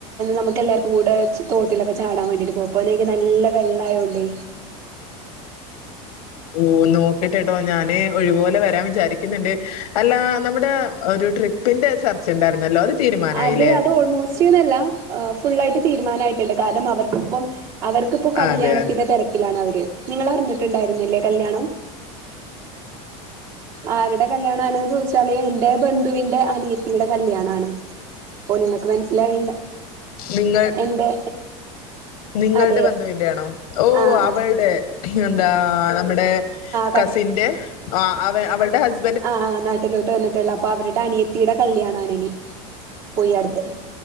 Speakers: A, on the right; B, on the left.
A: നമുക്കെല്ലാർ ക്കും കൂടെ തോട്ടിലൊക്കെ ചാടാൻ വേണ്ടിയിട്ട് പ്പൊപ്പോനെക്ക് നല്ല വെള്ളായോണ്ടേ
B: ഓ നോക്കിട്ടെട്ടോ ഞാന് ഒഴിവ്പോലെ വരാൻ വിചാരിക്ക്ന്ന്ണ്ട് അല്ല നമ്മുടെ ഒരു ട്രിപ് പ്പിന്റെ ചർച്ചണ്ടായിരുന്നല്ലോ അത് തീരുമാനായില്ലേ
A: അത് അത് ഓൾമോസ്റ്റ്ന്നല്ല ഫുള്ളായിട്ട് തീരുമാനമായിട്ടുണ്ട് കാരണം അവർ ഇപ്പം അവർക്കിപ്പോ കല്യാണത്തിന്റെ
B: അതെ അതെ
A: തിരക്കിലാണ് അവര് നിങ്ങ അറിഞ്ഞിട്ടുണ്ടായിരുന്നില്ലേ കല്യാണം ആരുടെ കല്യാണാണെന്ന് ചോദിച്ചാല് എന്റെ ബന്ധുവിന്റെ അനിയത്തിയുടെ കല്യാണാണ് അപ്പോ നിങ്ങൾക്ക് മനസ്സിലായീണ്ട
B: നിങ്ങൾ
A: എന്റെ
B: നിങ്ങളുടെ
A: അതെ
B: ബന്ധുവിന്റെയാണോ ഓ
A: ആഹ്
B: അവളുടെ
A: ആഹ്
B: എന്താ നമ്മുടെ
A: ആഹ്
B: കസിന്റെ അവ അവള്ടെ ഹസ്ബ
A: ആഹ് നാട്ടിലോട്ട് വന്നിട്ടേള്ളു അപ്പൊ അവരുടെ അനിയത്തിയുടെ കല്യാണാണിനി പോയി അടുത്ത്